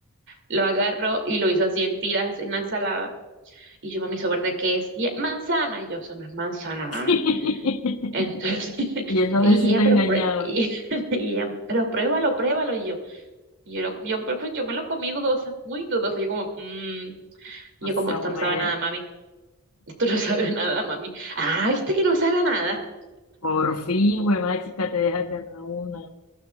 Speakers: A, on the right; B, on the left.
A: lo agarró y lo hizo así en tiras en la ensalada y yo, mami, ¿eso verde qué es? Y ella, manzana. Y yo, eso no es manzana, mami.
B: <laughs>
A: Entonces, <laughs>
B: Viendo a
A: y
B: ver si
A: ella,
B: te engañaba.
A: pero, prue- y, <laughs> y ella, pero pruébalo, pruébalo. Y yo, y yo, lo- yo, pues, pues, yo me lo comí dudosa, muy dudosa. Yo como, "Mm". Y
B: No
A: yo
B: sea
A: como, esto
B: un
A: no
B: mer.
A: sabe a nada, mami. <laughs> Esto no sabe a nada, mami. Ah, viste que no sabe a nada.
B: Por fin, güey, chica, te dejas ganar una.